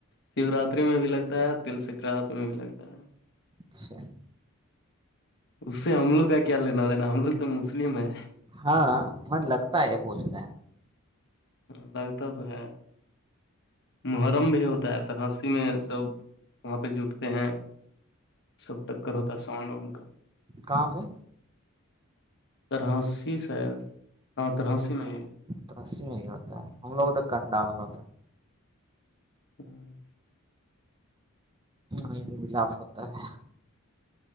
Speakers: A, on the left; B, on the right.
A: شیووراتری میں بھی لگتا ہے تل سنکرانت میں بھی لگتا ہے
B: اچھا
A: اس سے ہمملوگ کا کیا لینا تھاینا ہم لوگ تو مسلم ہے
B: ہاں مت لگتا ہے پوچھ رہے ہیں
A: ہ لگتا تو ہے محرم بھی ہوتا ہے ترسی میں سب وہاں پہ جٹتے ہیں سب ٹکر ہوتا ہے ساؤنڈ وانڈ کا
B: کہاں سے
A: طرحاسی سی ہاں تراسی میں ہے
B: ترسی میں ہی ہوتا ہے ہم لوگوں تو کنڈا میں ہوتا ہے
A: ہوں
B: نہیںیں بھی ملاپ ہوتا ہے